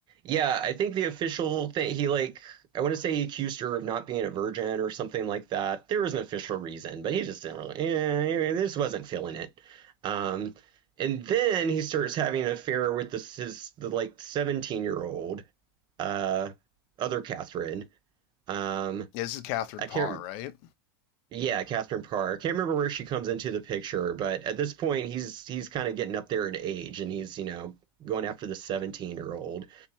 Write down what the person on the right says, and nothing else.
Yeah, I think the official thing he like I want to say he accused her of not being a virgin or something like that. There was an official reason, but he just didn't really. Yeah, this wasn't feeling it. Um, and then he starts having an affair with this his the like 17 year old uh other Catherine. Um,
I
can't.
Yeah, Catherine Parr. I can't remember where she comes into the picture, but at this point he's he's kind of getting up there in age, and he's you know going after the 17 year old.